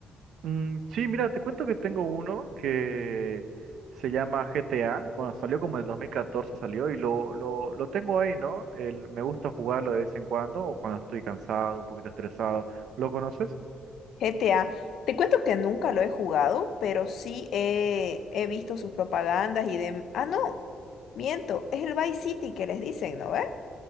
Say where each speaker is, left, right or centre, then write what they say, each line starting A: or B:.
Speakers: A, on the right; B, on the left.
A: Mm, sí, mira, te cuento que tengo uno que se llama GTA. Bueno, salió como en el 2014 salió y lo, lo, lo tengo ahí, ¿no? El, me gusta jugarlo de vez en cuando o cuando estoy cansado, un poquito estresado. ¿Lo conoces?
B: GTA, te cuento que nunca lo he jugado, pero sí he, he visto sus propagandas y de... Ah, no, miento, es el Vice City que les dicen, ¿no ve?